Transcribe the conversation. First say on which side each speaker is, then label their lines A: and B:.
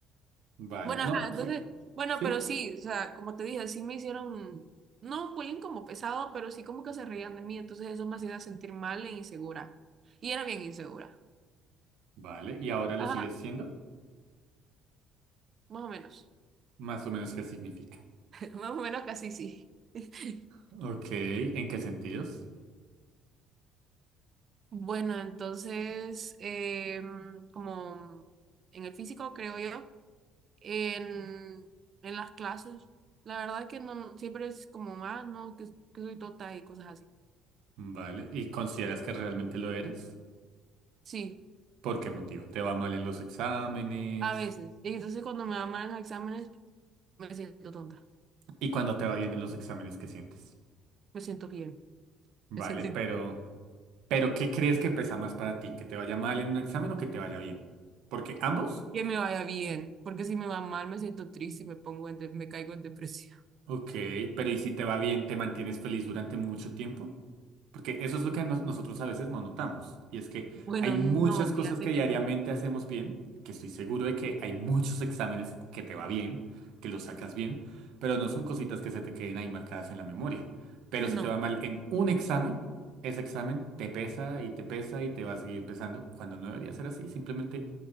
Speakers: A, on the right; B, on the right.
A: vale.
B: Bueno,
A: No,
B: ajá, entonces,
A: sí,
B: bueno,
A: sí,
B: pero sí, o sea, como te dije, sí me hicieron, no bullying como pesado, pero sí como que se reían de mí, entonces eso me hacía sentir mal e insegura. Y era bien insegura.
A: vale. ¿Y ahora
B: Ajá,
A: lo sigues siendo?
B: más o menos.
A: Más o menos, ¿qué significa?
B: <laughs> Más o menos casi sí. <laughs>
A: Ok, ¿en qué sentidos?
B: Bueno, entonces, em, como en el físico, creo yo. en, en las clases. La verdad que no, siempre es como más, ¿no? Que, que soy tonta y cosas así.
A: Vale. ¿Y consideras que realmente lo eres?
B: Sí,
A: ¿Por qué motivo? ¿Te va mal en los exámenes?
B: a veces. Y entonces cuando me van mal en los exámenes, me siento tonta,
A: ¿Y cuando te va bien en los exámenes, qué sientes?
B: me siento bien,
A: Vale,
B: me siento
A: pero,
B: in-
A: pero ¿qué crees que pesa más para ti? ¿Que te vaya mal en un examen o que te vaya bien? Porque ambos
B: que me vaya bien, porque si me va mal me siento triste y me pongo en de- me caigo en depresión. <laughs>
A: Ok, pero ¿y si te va bien, te mantienes feliz durante mucho tiempo? Porque eso es lo que nos- nosotros a veces no notamos. Y es que
B: Bueno,
A: hay muchas
B: no,
A: cosas
B: fíjate
A: que diariamente
B: que no.
A: hacemos bien, que estoy seguro de que hay muchos exámenes que te va bien, que los sacas bien, pero no son cositas que se te queden ahí marcadas en la memoria. Pero
B: No.
A: si te va mal en un examen, ese examen te pesa y te pesa y te va a seguir pesando, cuando no debería ser así. Simplemente